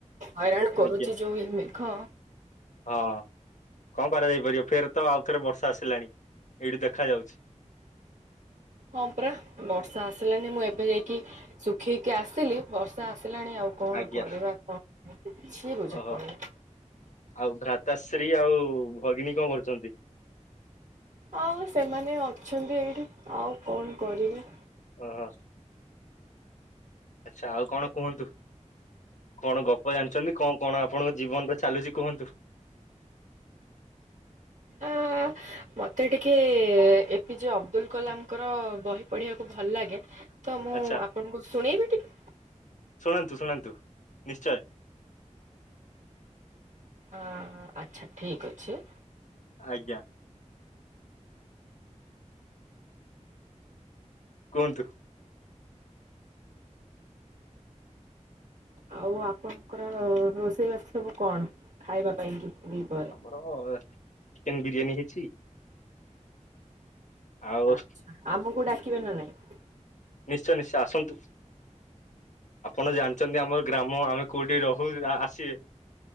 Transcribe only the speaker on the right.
ହଇରାଣ କରୁଛି
ଯୋଉ ଏ ମେଘ।
ହଁ ପରା ବର୍ଷା ଆସିଲାନି, ମୁଁ ଏବେ ଯାଇକି ଶୁଖେଇକି ଆସିଲି। ବର୍ଷା ଆସିଲାଣି ଆଉ କଣ
କରିବା କଣ କିଛି ବୁଝା
ପଡୁନି।
ଆଉ ସେମାନେ ଅଛନ୍ତି ଏଇଠି ଆଉ କଣ କରିବେ।
ଆଁ ମତେ ଟିକେ ଏ ପି ଜେ ଅବଦୁଲ କଲାମଙ୍କର ବହି ପଢିବାକୁ ଭଲ ଲାଗେ। ତ ମୁଁ
ଆପଣଙ୍କୁ ଶୁଣେଇବି ଟିକେ?
ଅ ଆଚ୍ଛା ଠିକ ଅଛି।
ଆଉ ଆପଣଙ୍କର ରୋଷେଇବାସ ସବୁ କଣ ଖାଇବା ପାଇଁ କି ଦି ପରେ?
ଆଚ୍ଛା ଆମକୁ ଡାକିବେ ନା ନାଇଁ?